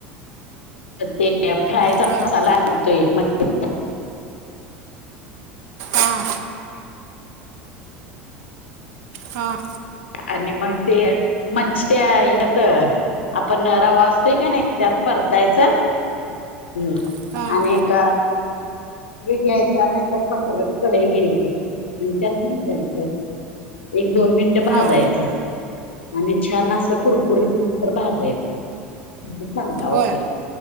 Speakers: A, on the left (about 85°); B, on the right (about 60°).
A: तर ते फ्रायचा
B: हां
A: मसाला आणतोय <unintelligible>
B: हां हा.
A: आणि मग ते मच्छी त्या ह्याच्यात. आपण रवा असतोय का नाही त्यात परतायचं. हम्म
B: हां
A: आणिक घ्यायच्या नाही त्या पसरट कढई घ्यायची आणि त्यात <unintelligible> एक दोन मिनट भाजायचं
B: हां
A: आणि छान असं कुरकुरीत नसत भाजायचं. चांगला होते
B: होय